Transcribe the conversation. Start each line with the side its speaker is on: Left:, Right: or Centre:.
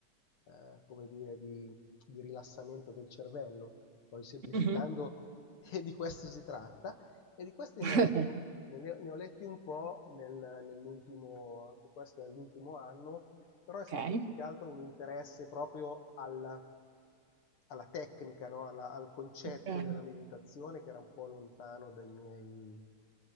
Left: eh, come dire, di, di rilassamento del cervello. Poi semplificando,
Right: Mhm.
Left: <laughs> e di questo si tratta. E di questi
Right: <laughs>
Left: ne ho letto, ne, ne ho letti un po' nel- nell'ultimo, anche questo nell'ultimo anno, però è stato
Right: Ok.
Left: più che altro un interesse proprio al alla tecnica, no? Alla- al concetto
Right: Ok.
Left: della meditazione che era un po' lontano dai miei,